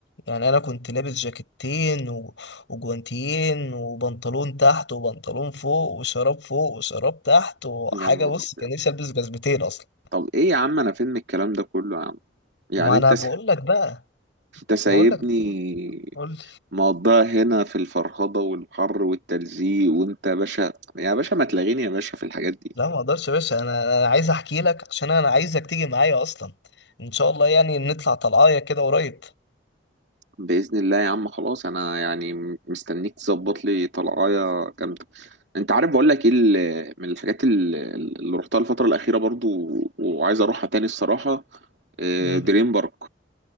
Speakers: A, on the left; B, on the right.
A: يعني انا كنت لابس جاكيتين و... وجوانتيين وبنطلون تحت وبنطلون فوق وشراب فوق وشراب تحت وحاجه
B: يا نهار
A: بص كان
B: أبيض
A: نفسي البس جزمتين اصلا
B: طب إيه يا عم أنا فين من الكلام ده كله يا عم يعني
A: ما انا
B: أنت
A: بقول
B: س...
A: لك بقى
B: أنت سايبني
A: بقول لك قول لي
B: مقضيها هنا في الفرهضة والحر والتلزيق وأنت يا باشا يا باشا ما تلاغيني يا باشا في الحاجات دي
A: لا ما اقدرش يا باشا انا انا عايز احكي لك عشان انا عايزك تيجي معايا اصلا ان شاء الله يعني نطلع طلعايه كده قريب
B: بإذن الله يا عم خلاص أنا يعني مستنيك تظبط لي طلعاية جامدة أنت عارف بقول لك إيه ال- من الحاجات ال- اللي رحتها الفترة الأخيرة برضو وعايز أروحها تاني الصراحة آه،
A: امم
B: دريم بارك